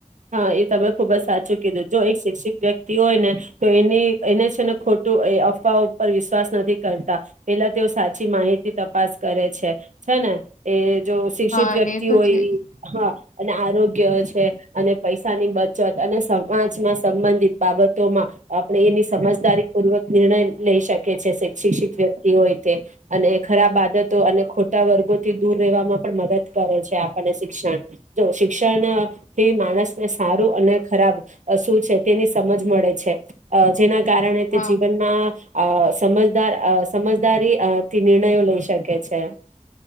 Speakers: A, on the right; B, on the left.
A: હા, એ તમે ખુબ જ સાચું કીધું. જો એક શિક્ષિત વ્યક્તિ હોય ને તો એની એને છે ને ખોટું અફવાઓ ઉપર વિશ્વાસ નથી કરતા, પેલા તેઓ સાચી માહિતી તપાસ કરે છે છે ને. એ જો શિક્ષિત
B: હા
A: વ્યક્તિ
B: એ તો
A: હોય,
B: છે જ
A: હા અને આરોગ્ય જ છે. અને પૈસાની બચત અને સમાજમાં સંબંધિત બાબતોમાં આપણે એની સમજદારી પૂર્વક નિર્ણય લઈ શકીએ છે, શિક્ષિત વ્યક્તિ હોય તે અને ખરાબ આદતો અને ખોટા વર્ગોથી દૂર રહેવામાં પણ મદદ કરે છે આપણને શિક્ષણ, જો શિક્ષણ થી માણસ ને સારું અને ખરાબ અ શું છે, તેની સમજ મળે છે અ જેના કારણે તે
B: હા
A: જીવનમાં અ સમજદાર અ સમજદારીથી નિર્ણયો લઈ શકે છે.